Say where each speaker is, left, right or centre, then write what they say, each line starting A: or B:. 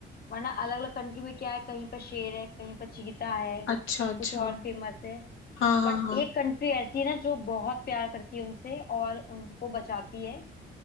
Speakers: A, on the left; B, on the left.
A: वरना अलग अलग कंट्री में क्या है कहीं पर शेर है कहीं पर चीता है
B: अच्छा अच्छा
A: कुछ और फेमस है
B: हाँ हाँ
A: बट
B: हाँ
A: एक कंट्री ऐसी है ना जो बहुत प्यार करती है उनसे और उनको बचाती है